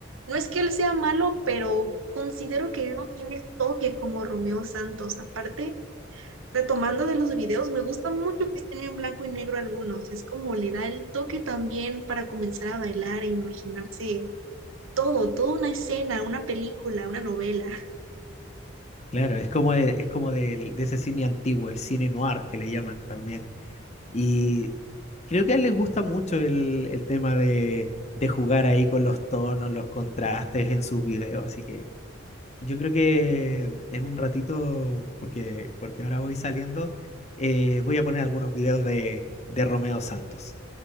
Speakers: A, on the right; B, on the left.
A: no es que él sea malo, pero considero que él no tiene el toque como Romeo Santos. Aparte, retomando de los videos, me gusta mucho que estén en blanco y negro algunos. Es como le da el toque también para comenzar a bailar e imaginarse todo, toda una escena, una película, una novela.
B: Claro, es como, de- es como del- de, ese cine antiguo, el cine noir que le llaman también. Y creo que a él le gusta mucho el, el tema de, de jugar ahí con los tonos, los contrastes en sus videos. Así que yo creo que en un ratito, porque, porque ahora voy saliendo, eh, voy a poner algunos videos de, de Romeo Santos.